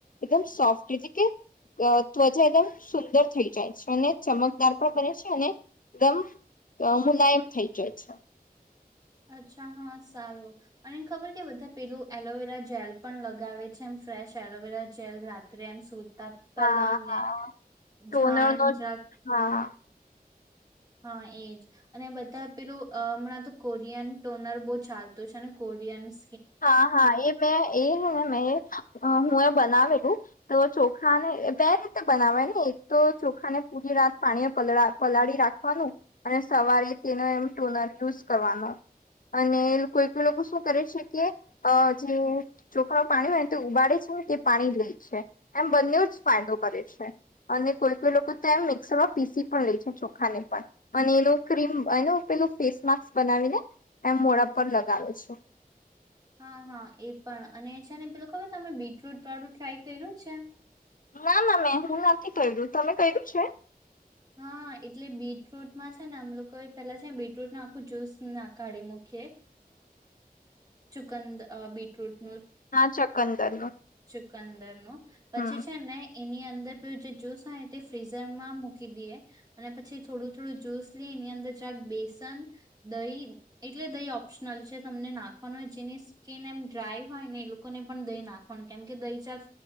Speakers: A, on the left; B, on the right.
A: મ સોફ એટલે કે ત્વચા એકદમ સુંદર થઈ જાય છે અને ચમકદાર પણ બને છે અને એકદમ તો મુલાયમ એમ થઇ જાય છે
B: અચ્છા હા સારું અને ખબર કે બધા પેલું એલોવેરા જેલ પણ લગાવે છે એમ ફ્રેશ એલોવેરા જેલ રાત્રે એમ સુતા પહેલા
A: હા
B: અને
A: હા
B: <unintelligible>
A: ટોનર નો હા
B: હા એજ અને બધા પેલું હમણાં તો કોરિયન ટોનર બહુ ચાલતું છે ને ઓડિન્સ
A: હા હા એ મેં એ ને મેં હું એ બનાવેલું તો ચોખા ને બે રીતે બનાવા ને એક તો ચોખાને પૂરી રાત પાણી પલાળી રાખવાનું અને સવારે એમ ટોનર યુઝ કરવાનો અને કોઈ કોઈ શું કરે છે કે અ જે ચોખા પાણી હોય ને તો ઉબાડે છે ને તે પાણી લે છે એમ બંને જ ફાયદો કરે છે અને કોઈ કોઈ લોકો મિક્સર માં પીસી પણ લે છે ચોખાને પણ એનું ક્રીમ પેલું ફેસ માસ્ક બનાવીને એમ મોડા પર લગાવે છે
B: હા હા એ પણ અને છે ને પેલું ખબર તમે બીટરૂટ વાળું ટ્રાય કર્યું છે
A: ના ના મેં હું નથી કર્યું તમે કર્યું છે
B: હા એટલે બીટરૂટમાં છે ને આમ લોકો પેલા છે બીટરૂટ ન આખું જ્યુસ ના કાઢી મૂકી નાખીયે ચુકંદ બીટરૂટ
A: હા ચકંદર નું
B: ચકંદર નું પછી
A: હમ
B: છે ને એની અંદર પેલું જે જ્યુસ હોય તે ફ્રીઝર માં મૂકી દઈએ અને પછી થોડું થોડું જ્યુસ લઈ એની અંદર જક બેસન દહી એટલે દહી ઓપ્શનલ છે તમને નાખવાનો જેની કેને એમ ડ્રાય હોય ને એ લોકો ને પણ દઈ નાખે કેમ કે દહી ચાક